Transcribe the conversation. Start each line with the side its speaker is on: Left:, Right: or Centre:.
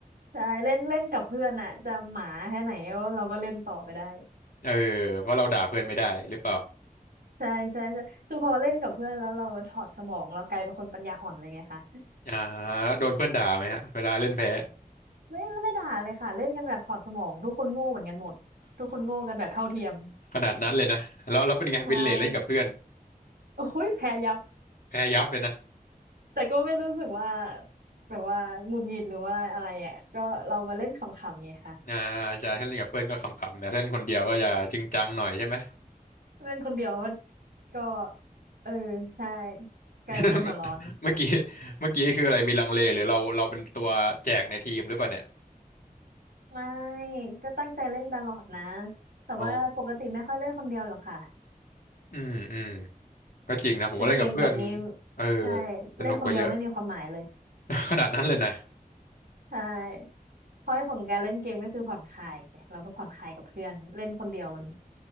Right: ใช่เล่นเล่นกับเพื่อนอะจะหมาแค่ไหนเราก็เล่นต่อไปได้
Left: เออเพราะเราด่าเพื่อนไม่ได้หรือเปล่า
Right: ใช่ใช่ใช่คือพอเล่นกับเพื่อนแล้วเราถอดสมองเรากลายเป็นคนปัญญาอ่อนเลยไงคะ
Left: อ่าโดนเพื่อนด่าไหมฮะเวลาเล่นแพ้
Right: ไม่ไม่ด่าเลยค่ะเล่นกันแบบถอดสมองทุกคนโง่เหมือนกันหมดทุกคนโง่กันแบบเท่าเทียม
Left: <laughs> ขนาดนั้นเลยนะแล้วแล้วเป็นไงวินเลทเล่นกับเพื่อน
Right: ใช่โอ้ยแพ้ยับ
Left: แพ้ยับเลยนะ
Right: แต่ก็ไม่รู้สึกว่าแบบว่าหงุดหงิดหรือว่าอะไรอ่ะก็เรามาเล่นขำๆไงคะ
Left: อ่าใช่ถ้าเล่นกับเพื่อนก็ขำๆแต่ถ้าเล่นคนเดียวก็จะจริงจังหน่อยใช่ไหม
Right: เล่นคนเดียวก็ก็เออใช่กลายเป็นคนหัวร้อน
Left: <laughs> เมื่อกี้เมื่อกี้คืออะไรมีลังเลหรือเราเราเป็นตัวแจกในทีมหรือเปล่าเนี่ย
Right: ไม่ก็ตั้งใจเล่นตลอดนะ แต่ว่าปกติไม่ค่อยเล่นคนเดียวหรอกค่ะ
Left: อ๋ออืมอืมก็จริงนะผมว่าเล่นกับเพื่อน
Right: คือเกมแบบนี้
Left: เออ
Right: ใช่
Left: สนุกกว่าเยอะ
Right: เล่นคนเดียวไม่มีความหมายเลย
Left: ขนาดนั้นเลยนะ
Right: ใช่เพราะของการเล่นเกมก็คือผ่อนคลายไงเราก็ผ่อนคลายกับเพื่อนเล่นคนเดียวมัน